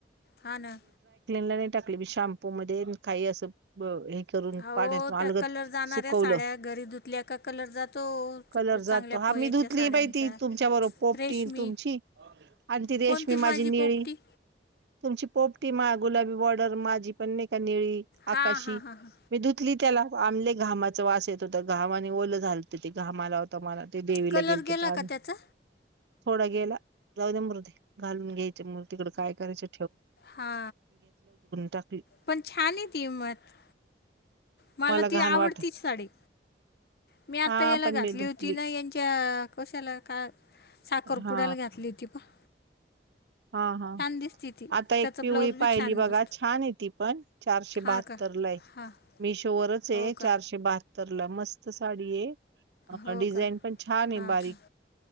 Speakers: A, on the left (about 60°); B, on the right (about 75°).
A: हा ना.
B: लगे टाकली मी, शॅम्पू मध्ये काही असं ब, हे करून
A: अहो
B: पाण्यात
A: त्या
B: अलगत
A: कलर जाणाऱ्या
B: सुकवलं.
A: साड्या घरी धुतल्या का कलर जातो.
B: कलर
A: च-
B: जातो,
A: चांगल्या
B: हा
A: पोह्याच्या
B: मी धुतली
A: साड्यांच्या
B: बाई ती तुमच्या बरोबर पोपटी
A: रेशमी
B: तुमची आणि ती रेशमी
A: कोणती
B: माझी निळी.
A: पोपटी
B: तुमची पोपटी मा, गुलाबी बॉर्डर माझी पण नाही का निळी,
A: हा
B: आकाशी.
A: हा हा हा
B: मी धुतली त्याला आण लई घामाचा वास येत होता घामाने ओलं झालत ते घाम आला होत मला ते देवीला
A: कलर
B: गेलतो
A: गेला
B: त्या
A: का त्याचा
B: थोडा गेला जाऊ द्या मरु दे घालून घ्यायच मरुदे तीकड काय करायचे
A: हा
B: टाकली
A: पण छान आहे ती मथ मला
B: घाण
A: ती आवडतीच
B: वाट
A: साडी, मी आता
B: हा
A: हेला
B: पण
A: घातली
B: मी धुतली
A: होती ना हेच्या त्या कशाला का साखरपुड्याला
B: हा
A: घातली होती पहा.
B: हा हा,
A: दिसती ती
B: आता
A: त्याचा
B: एक पिवळी
A: ब्लाऊज बी
B: पाहिली
A: छान
B: बघा,
A: बसतो
B: छान हे ती पण, चारशे
A: हा
B: बहात्तरला
A: का
B: आहे.
A: हा
B: मिशोवरच आहे,
A: हो का
B: चारशे बहात्तरला मस्त साडी हे. अ
A: हो
B: डिझाईन
A: का
B: पण छान आहे
A: हा
B: बारीक,
A: का